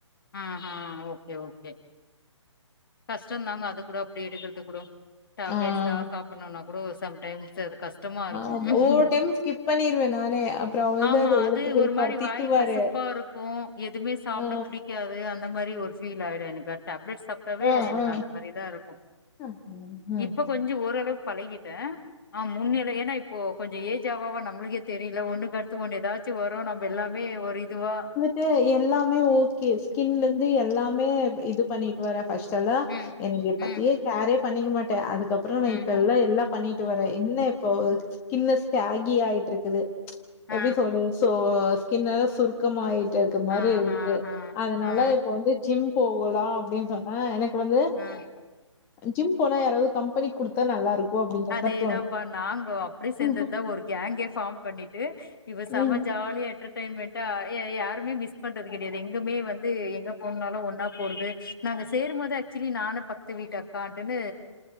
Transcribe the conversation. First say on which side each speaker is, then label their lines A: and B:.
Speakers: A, on the left; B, on the left.
A: ஆ ஹ ஓகே ஓகே கஷ்டந்தாங்க அது கூட அப்டி எடுக்குறது கூட டேப்லெட்ஸா
B: ஆ
A: சாப்புணுனா கூட சம்டைம்ஸ் அது கஷ்டமா இருக்கு
B: ஆமா. ஒவ்வொரு டைமும் ஸ்கிப் பண்ணிருவேன் நானே. அப்புறம் அவரு
A: ஆமா
B: தான் அத
A: அது
B: எடுத்து குடுப்பாரு.
A: ஒரு மாரி
B: திட்டுவாரு.
A: வாய் கசுப்பா இருக் கு எதுமே சாப்ட
B: ஆ.
A: புடிக்காது அந்த மாரி ஒரு ஃபீல் ஆயிடு எனக்கு டப்லெட் சாப் ப்பவே
B: ஆ,
A: எனக்கு
B: ஆ.
A: அந்த மாரிதா இருக்கு
B: ம், ம்.
A: இப்ப கொஞ்சோ ஓரளவுக்கு பழகிட்ட ஆ முன்னில ஏனா இப்போ கொஞ்சோ ஏஜ் ஆவாவா நம்மளுக்கே தெரில ஒண்ணுக்க சு எதாச்சு ஒண்ணு ஏதாச்சு வரு நம்ம எல்லாமே ஒரு இதுவா
B: கே எல்லாமே ஓகே ஸ்கின்ல இருந்து எல்லாமே இது பண்ணிட்டு வர ஃபஷ்டல்லா
A: ம்
B: எனக்கு பத்தியே
A: ம்
B: கேரே பண்ணிக்க மாட்ட அதுக்கப்புறோ நா
A: ம்
B: இப்ப எல்லா எல்லா பண்ணிட்டு வர என்ன இப்போ ஸ்கின்னு ஸ்ககி ஆயிட்டு இருக்குது எப்டி
A: ஆ
B: சொல்றது சோ ஸ்கின்ன சுருக் கமா ஆயிட்டு இருக்க மாரி
A: ஆ
B: இருக்கு
A: ஆ ஆ
B: அதனால
A: ஆ
B: இப்ப வந்து ஜிம் போவலா அப்டின் சொன்ன எனக்கு வந்து
A: ம்
B: ஜிம் போனா யாராவது கம்பெனி குடுத்தா நல்லா இருக்கு அப்டிங்கிற
A: அதேதாப்பா
B: மாரி தோணு
A: நாங்க அப்டி சேந்ததுதா
B: ம்
A: ஒரு கேங்கே ஃபாம் பண்ணிட்டு இவ செம
B: ம்
A: ஜாலியா ட்ரிப் என்ஜாமெண்டா ய யாருமே மிஸ் பண்றது கெடையாது எங்குமே வந்து எங்க போனாலு ஒன்னா போறது நாங்க சேரும்போது ஆக்சுவலி நானு பக்கத்து வீட்டு அக்காடுனு